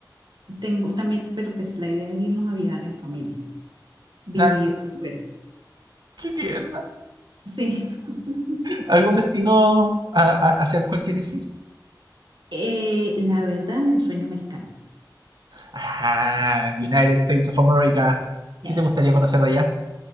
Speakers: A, on the right; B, on the right.
A: tengo también, pero pues la idea es irnos a viajar en familia, vivir
B: Na- na-
A: por fuera.
B: Qué tierno.
A: Sí. <laughs>
B: algún destino a- a- hacia el cual quieres ir.
A: Eh, la verdad, el sueño americano.
B: Ah, United States of America.
A: Yes.
B: ¿Qué te gustaría conocer de allá?